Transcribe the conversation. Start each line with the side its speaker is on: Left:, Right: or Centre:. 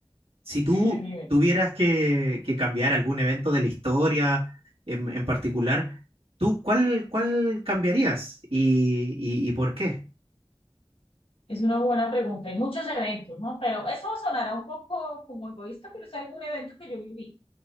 Right: si tú
Left: dime.
Right: tuvieras que, que cambiar algún evento de la historia en, en particular, ¿tú cuál, cuál cambiarías y, y y por qué?
Left: Es una buena pregunta. Hay muchos eventos, ¿no? Pero eso sonará un poco como egoísta, pero es algún evento que yo viví.